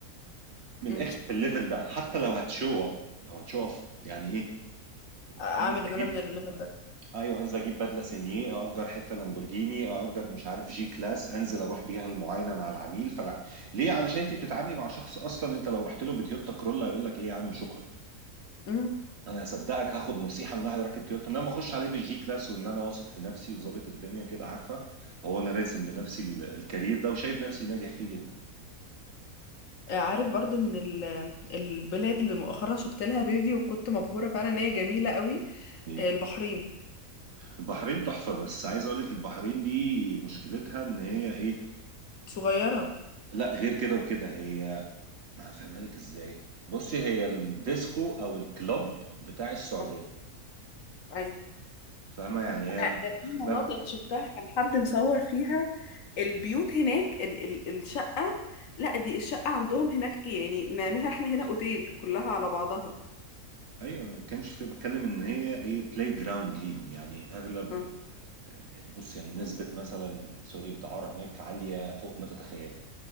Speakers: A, on the right (about 50°); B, on the left (about 65°).
A: من
B: امم
A: الاخر في الليفل ده حتى لو هتشو اب لو هتشو اب يعني ايه
B: اعمل
A: انزل
B: ان انا
A: اجيب
B: من الليفل
A: ايوه انزل اجيب بدله سينيه اجر حته لامبورجيني اجر مش عارف جي كلاس انزل اروح بيها المعاينه مع العميل فلا ليه علشان انت بتتعاملي مع شخص اصلا انت لو رحت له بتويوتا كرولا يقول لك ايه يا عم شكرا
B: ده
A: انا هصدقك هاخد نصيحه من واحد راكب تويوتا ان انا ما اخش عليه بالجي كلاس وان انا واثق في نفسي وظابط الدنيا كده عارفه هو انا راسم لنفسي ال- الكارير ده وشايف نفسي ناجح فيه جدا
B: عارف برضو من ال- البلاد اللي مؤخرا شفت لها فيديو وكنت مبهورة فعلا ان هي جميلة قوي
A: إيه؟
B: البحرين
A: البحرين تحفه بس عايز اقول لك البحرين دي مشكلتها ان هي ايه
B: صغيرة
A: لا غير كده وكده هي ما هفهمها لك ازاي بصي هي الديسكو او الكلوب بتاع السعوديه
B: آه، أيوة.
A: فاهمه يعني هي
B: انا في مناطق
A: اغلب
B: شفتها كان حد مصور فيها البيوت هناك ال ال الشقة لا دي الشقة عندهم هناك يعني نعملها احنا هنا اوتيل كلها على بعضها
A: ايوه أنا ما بتكلمش في كده بتكلم ان هي ايه بلاي جراوند ليهم يعني اغلب
B: اه
A: يعني بص يعني نسبة مثلا سوري الدعارة هناك عالية فوق ما تتخيلي